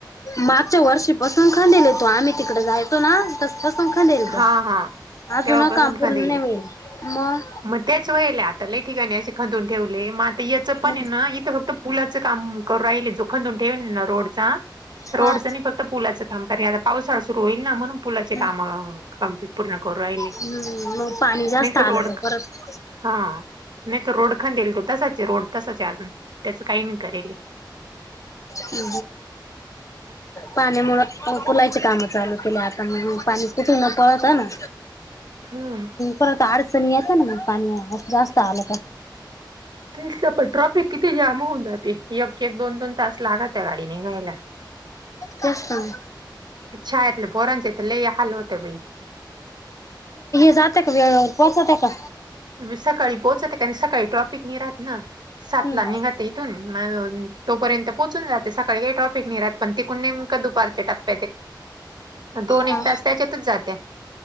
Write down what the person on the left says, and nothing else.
मागच्या वर्षीपासून खादलाेतो आम्ही तिकडे जायचो ना तस. संखईल त
अजून
काम पूर्ण
नाही मिळेल मग
मग
हा
हम्म
हम्म मग पाणी जास्त
आलं
परत
ह पाने मुळा पुलाची कामं चालू केल्या आता मग पाणी कटून पळत आहे ना.
परत अडचणी येतं ना मग पाणी जास्त आलं का?
ते हम.
जात का व पोचात का?
हम्म
हा.